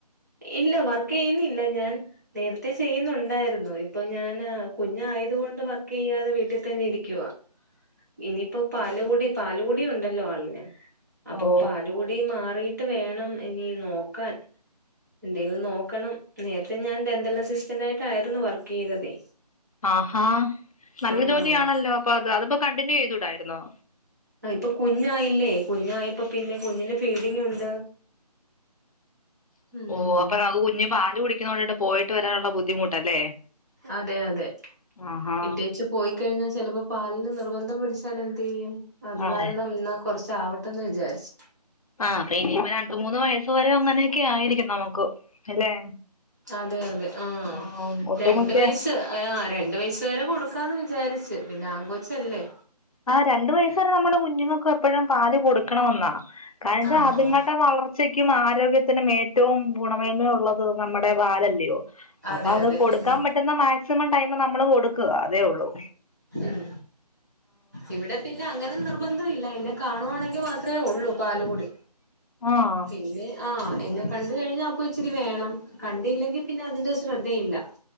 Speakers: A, on the right; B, on the left.
A: ഇല്ല വർക്ക് ചെയ്യുന്നില്ല ഞാൻ നേരത്തെ ചെയ്യുന്നുണ്ടായിരുന്നു ഇപ്പൊ ഞാൻ കുഞ്ഞായത് കൊണ്ട് വർക്ക് ചെയ്യാതെ വീട്ടിൽ തന്നെ ഇരിക്കുവ
B: ഉ
A: ഇനിയിപ്പോ പാലുകൂടി പാലുകൂടി ഉണ്ടല്ലോ ആളിന് അപ്പൊ
B: ഓ
A: പാലുകൂടി മാറിട്ട് വേണം ഇനി നോക്കാൻ എന്തെലും നോക്കണം നേരത്തെ ഞാൻദന്തലസിസ് റ്റന്റായിട്ടായിരുന്നു വർക്ക് ചെയ്തതേ
B: ആ നല്ല
A: ആഹ്
B: ജോലിയാണല്ലോ അപ്പൊ അത് അതിപ്പോ കണ്ടിന്യൂ ചെയ്തൂടായിരുന്നോ
A: അ ഇപ്പൊ കുഞ്ഞായില്ലേ കുഞ്ഞായപ്പോ പിന്നെ കുഞ്ഞിന് ഫീഡിങ് ഉണ്ട് ഉം
B: ഓ അപ്പൊ നമുക്ക് കുഞ്ഞി പാല് കുടിക്കുന്നണ്ടട്ട് പോയിട്ട് വരാനുള്ള ബുദ്ധിമുട്ടല്ലേ
A: അതെ അതെ
B: ആഹാ
A: ഇട്ടേച്ച് പോയിക്കഴിഞ്ഞാൽ ചിലപ്പോ പാലിന് നിർബന്ധം പിടിച്ചാലെന്ത് ചെയ്യും അത്
B: ആഹ്
A: കാരണം എന്നാ കൊറച്ച ആവട്ടെന്ന് വിചാരിച്ചു
B: ആ ഇനീപ്പ ഇനിയിപ്പോ രണ്ട് മൂന്ന് വയസ് വരെ അങ്ങനെയൊക്കെ ആയിരിക്കും നമുക്ക് അല്ലെ
A: അതെ അതെ ആ
B: ആഹ് ഒട്ടുമിക്ക
A: രണ്ട് വയസ് ആ് രണ്ട വയസ് വരെ കൊടുക്കാന്ന് വിച വിചാരിച്ച് പിന്നാങ്കൊച്ചല്ലേ
B: ആ രണ്ടു വയസ വരെ നമ്മുടെ കുഞ്ഞുങ്ങൾക്കെപ്പഴും പാല് കൊടുക്കണവന്നാ കാരച്ചാ
A: ആഹ്
B: അതുങ്ങളുടെ വ ളർച്ചക്കും ആരോഗ്യത്തിനും ഏറ്റവും ഗുണമേന്മയ ഉള്ളത് നമ്മുടെ പാലല്ലയോ
A: അതെ
B: അപ്പൊ അത്
A: അതെ
B: കൊടുക്കാൻ
A: ഉം
B: പറ്റുന്ന മാക്സിമം ടൈം നമ്മള് കൊടുക്കുക അതേ ഒള്ളൂ
A: ഉം ഇവിടെ പിന്നെ അങ്ങനെ നിർബന്ധം ഇല്ല എന്നെ കാണുവാണെങ്കിൽ മാത്രമേ ഉള്ളൂ പാലുകുടി
B: ആഹ്
A: പിന്നെ ആഹ് എന്നെ കണ്ട് കഴിഞ്ഞാൽ അപ്പ ഇച്ചിരി വേണം കണ്ടില്ലെങ്കിൽ പിന്നെ അതിന്റെ ശ്രദ്ധയില്ല